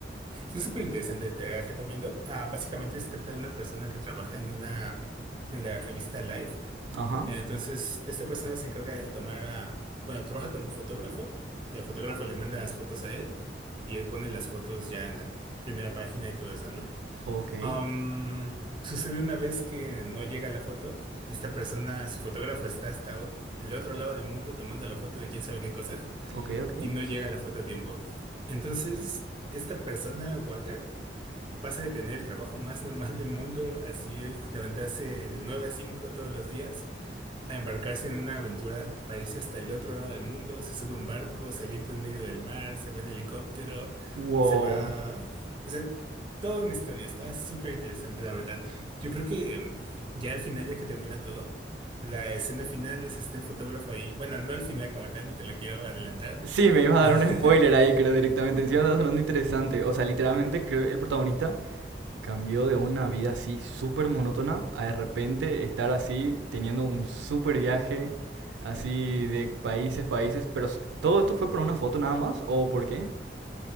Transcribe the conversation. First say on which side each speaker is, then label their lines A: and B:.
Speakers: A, on the right; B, on the right.
A: Es súper interesante, te las recomiendo. Ah, básicamente se trata de una persona que trabaja en una, en la revista Life.
B: Ajá.
A: Entonces, esta persona se encarga de tomar, ah, bueno, trabaja con un fotógrafo. El fotógrafo le manda las fotos a él y él pone las fotos ya en la primera página y todo eso, ¿no?
B: Ok.
A: Am, sucede una vez que no llega la foto. Esta persona, su fotógrafo está hasta ot- el otro lado del mundo tomando la foto de quién sabe qué cosa
B: Ok, ok.
A: y no llega la foto a tiempo. Entonces, esta persona, Walter, pasa de tener el trabajo más normal del mundo, así levantarse de 9 a 5 todos los días, a embarcarse en una aventura para irse hasta el otro lado del mundo, se sube a un barco, se avienta en medio del mar, se va en helicóptero,
B: Wow.
A: se va... O sea, toda una historia, está súper interesante, la verdad. Yo creo que mm, ya al final, ya que termina todo, la escena final es este el fotógrafo ahí. Bueno, no al final como tal, no te la quiero adelantar,
B: Sí, me ibas a
A: pero
B: dar un spoiler
A: <laughs>
B: ahí, creo, directamente. Encima está sonando interesante. O sea, literalmente creo el protagonista Cambió de una vida así súper monótona a de repente estar así teniendo un súper viaje así de países, países, pero s- ¿todo esto fue por una foto nada más o por qué?